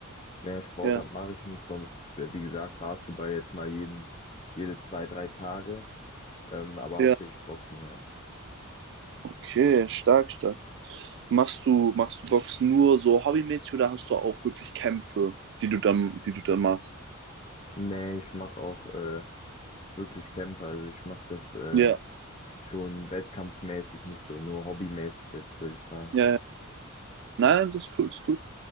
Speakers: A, on the left (about 30°); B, on the right (about 55°).
A: mehr Sportart
B: Ja,
A: mache ich nicht, sonst, äh, wie gesagt, Basketball jetzt mal jeden, jede zwei, drei Tage, ähm, aber
B: ja.
A: hauptsächlich Boxen, ja.
B: Okay, stark, stark. Machst du, machst du Boxen nur so hobbymäßig oder hast du auch wirklich Kämpfe, die du dann, die du dann machst?
A: Nee, ich mache auch äh, wirklich Kämpfe. Also ich mache das äh,
B: Ja,
A: schon wettkampfmäßig, nicht so nur hobbymäßig jetzt, würde ich sagen.
B: ja, ja. Nein, das ist cool, das ist cool.